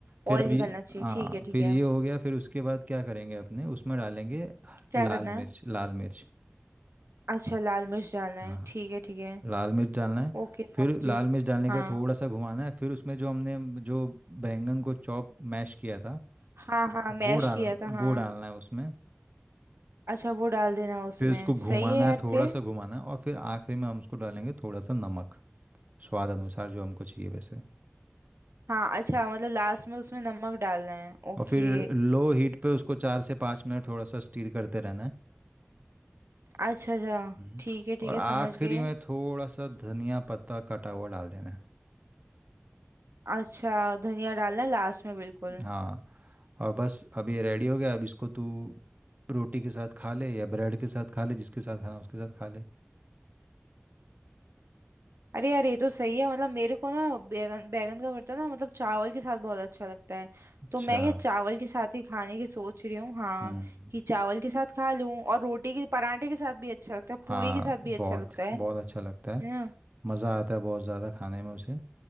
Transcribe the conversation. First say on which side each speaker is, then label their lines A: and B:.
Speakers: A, on the right (about 35°); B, on the right (about 70°).
A: फिर
B: ऑयल
A: अभी
B: निकलना चाहिए
A: हाँ
B: ठीक है ठीक
A: फिर
B: है
A: ये हो गया फिर उसके बाद क्या करेंगे अपने उसमें डालेंगे
B: क्या
A: लाल
B: करना है
A: मिर्च लाल मिर्च
B: अच्छा लाल मिर्च डालना
A: हाँ।
B: है ठीक है ठीक है
A: लाल मिर्च डालना है
B: ओके समझिए
A: फिर लाल मिर्च डालने के
B: हाँ
A: बाद थोड़ा सा घुमाना है फिर उसमें जो हमने जो बैंगन को चॉप मैश किया था
B: हाँ हाँ मैश
A: वो डाल
B: किया था हाँ
A: वो डालना है उसमें
B: अच्छा वो डाल देना उसमें
A: फिर उसको घुमाना
B: सही है यार
A: है थोड़ा
B: फिर
A: सा घुमाना है और फिर आखिरी में हम उसको डालेंगे थोड़ा सा नमक स्वाद अनुसार जो हमको चाहिए वैसे
B: हाँ अच्छा मतलब लास्ट में उसमें नमक डालना है ओके
A: और फिर लो हीट पे उसको चार से पाँच मिनट थोड़ा सा स्टीर करते रहना है
B: अच्छा अच्छा
A: हम्म।
B: ठीक है ठीक
A: और
B: है
A: आखिरी
B: समझ गए
A: में थोड़ा सा धनिया पत्ता कटा हुआ डाल देना है
B: अच्छा धनिया डालना है लास्ट में बिल्कुल
A: हाँ और बस अब ये रेडी हो गया अब इसको तू रोटी के साथ खा ले या ब्रेड के साथ खा ले जिसके साथ खाना उसके साथ खा ले
B: अरे यार ये तो सही है मतलब मेरे को ना बैगन बैगन का भरता ना मतलब चावल के साथ बहुत अच्छा लगता है
A: अच्छा
B: तो मैं क्या चावल के साथ ही खाने की सोच रही हूँ हाँ
A: हम्म
B: कि चावल के साथ खा लूँ और रोटी के पराठे के साथ भी अच्छा लगता है पूड़ी
A: हाँ
B: के साथ
A: बहुत
B: भी अच्छा लगता है
A: बहुत अच्छा लगता है
B: है ना।
A: मज़ा आता है बहुत ज़्यादा खाने में उसे